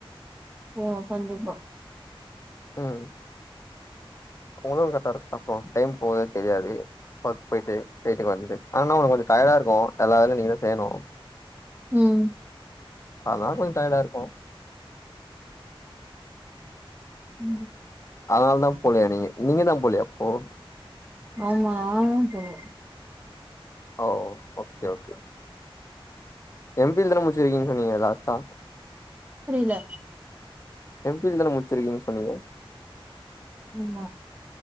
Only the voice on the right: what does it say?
ஓ கண்டிப்பா
உம்
உம்
ஆமா நான் தான் போல
புரியல
ஆமா